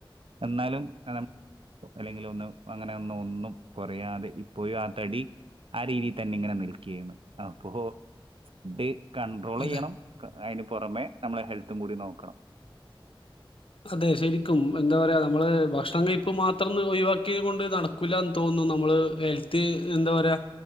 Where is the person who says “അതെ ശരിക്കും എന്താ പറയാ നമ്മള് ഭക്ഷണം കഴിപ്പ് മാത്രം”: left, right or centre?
Left